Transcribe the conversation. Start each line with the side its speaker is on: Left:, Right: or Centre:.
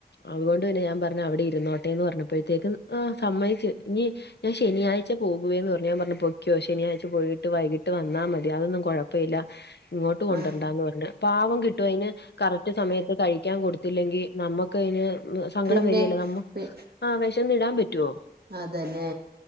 Left: അതുകൊണ്ട് പിന്നെ ഞാൻ പറഞ്ഞു അവിടെ ഇരുന്നോട്ടേന്ന് പർഞ്ഞപ്പോഴത്തേക്ക് ആഹ് സമ്മയ്ച്ച് ഇനി ഞാൻ ശനിയാഴ്ച പോവുകേന്ന് പർഞ്ഞു ഞാ പർഞ്ഞ് പൊക്കോ ശനിയാഴ്ച പോയിട്ട് വൈകിട്ട് വന്നാ മതി അതൊന്നും കൊഴ ചെയ്ല്ല ഇങ്ങോട്ട് കൊണ്ട്രണ്ടാന്ന്
Right: ആഹ്
Left: പറഞ്ഞ് പാവം കിട്ടും അയ്ന് കറക്റ്റ് സമയത്ത് കഴിക്കാൻ കൊടുത്തില്ലെങ്കിൽ നമുക്കയ്ന് സങ്കടം
Right: പിന്നെ
Left: വരേല്ലേ നമ്മക്ക്
Right: പി
Left: ആഹ് വിശന്ന്ടാൻ പറ്റുവോ
Right: അതന്നെ